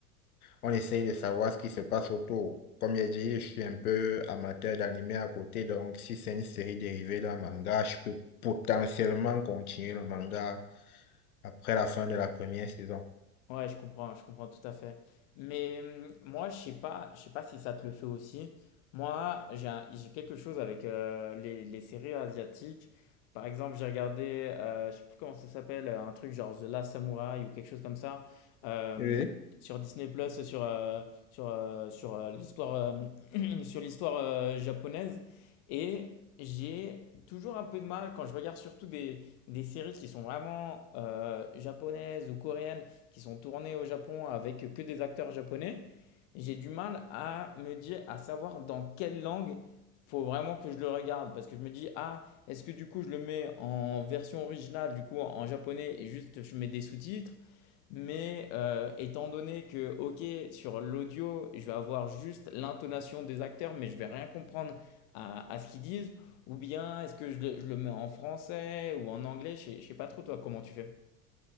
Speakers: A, on the left; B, on the left.
A: on essaye de savoir ce qui se passe autour. Comme j'ai dit, je suis un peu amateur d'animé à côté. Donc, si c'est une série dérivée d'un manga, je peux potentiellement continuer le manga après la fin de la première saison.
B: Ouais, je comprends, je comprends tout à fait. Mais hum, moi, je sais pas, je sais pas si ça te le fait aussi. Moi, j'ai un- j'ai quelque chose avec euh, les, les séries asiatiques. Par exemple, j'ai regardé, euh, je sais plus comment ça s'appelle, euh, un truc genre The Last Samurai ou quelque chose comme ça euh,
A: Oui.
B: sur Disney Plus, sur euh, sur euh, sur euh, l'histoire euh, <clears throat> sur l'histoire euh, japonaise. Et j'ai toujours un peu de mal quand je regarde surtout des des séries qui sont vraiment euh, japonaises ou coréennes qui sont tournés au Japon avec que des acteurs japonais, j'ai du mal à me dire, à savoir dans quelle langue faut vraiment que je le regarde parce que je me dis ah est-ce que du coup je le mets en version originale du coup en japonais et juste je mets des sous-titres mais euh, étant donné que ok sur l'audio je vais avoir juste l'intonation des acteurs mais je vais rien comprendre à, à ce qu'ils disent ou bien est-ce que je le, je le mets en français ou en anglais je sais, je sais pas trop toi comment tu fais